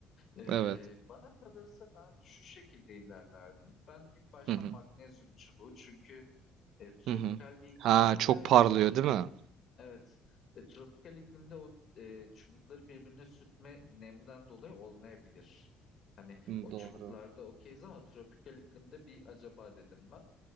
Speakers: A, on the left; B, on the right.
A: Ee,
B: evet.
A: bana kalırsa ben şu şekilde ilerlerdim. Ben ilk başta
B: Hı hı,
A: magnezyum çubuğu çünkü e, tropikal
B: hı hı.
A: bir iklim
B: Ha
A: olacağı
B: çok parlıyor
A: için şimdi
B: değil mi?
A: Evet. E, tropikal iklimde o e, çubukları birbirine sürtme nemden dolayı olmayabilir. Hani
B: Hı,
A: o
B: doğru.
A: çubuklarda okeyiz ama tropikal iklimde bir acaba dedim ben.